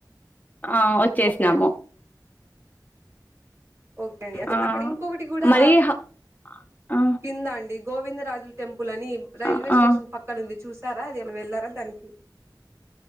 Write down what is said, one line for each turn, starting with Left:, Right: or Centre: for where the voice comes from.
Left: ఆ వచ్చేసినాము
Right: ఓకే అండి ఓకే అండి
Left: ఆహ్,
Right: అక్కడ ఇంకొకటి కూడా
Left: మరి హ ఆ!
Right: కింద అండి గోవిందరాజుల టెంపుల్ అని రైల్వే
Left: ఆ!
Right: స్టేషన్
Left: ఆ!
Right: పక్కనుంది చూసారా అది ఏమన్నా వెళ్లారా దానికి